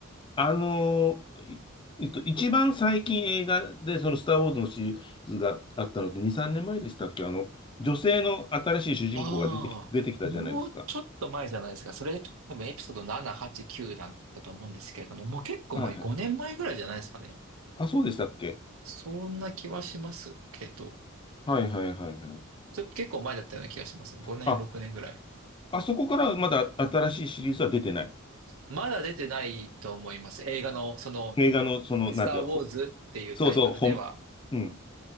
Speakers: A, on the left; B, on the right.
A: あのー、えっと、一番最近映画で、その、スター・ウォーズのシリーズがあったのって2、3年前でしたっけあの、女性の新しい主人公が出てき、
B: ああ、
A: 出てきたじゃないですか。
B: もうちょっと前じゃないですか。それ多分エピソード7、8、9だっだと思うんですけれども、もう結構前、
A: はいはい。
B: 5年前ぐらいじゃないですかね。
A: あ、そうでしたっけ
B: そんな気はしますけど、
A: はいはいはいはい。
B: それ結構前だったような気がします。5年、
A: あ、
B: 6年ぐらい。
A: あそこからまだ新しいシリーズは出てない。
B: まだ出てないと思います。映画の、その、
A: 映画の、その、
B: スター・
A: なんていうの、
B: ウォーズっていうタイトルでは
A: ほ、そうそう、ほん、うん、